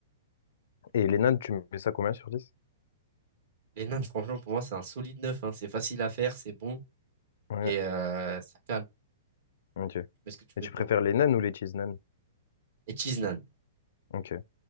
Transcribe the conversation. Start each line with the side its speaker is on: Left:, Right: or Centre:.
Left: Et les nanes, tu mets ça combien sur dix
Right: Les nains, franchement, pour moi, c'est un solide neuf. hein. C'est facile à faire, c'est bon
Left: Ouais,
Right: et euh, ça cale. Tu
Left: ok.
Right: mets ce que tu veux
Left: Et tu
Right: dedans.
Left: préfères les nanes ou les cheese nanes?
Right: Et cheese naan.
Left: Ok.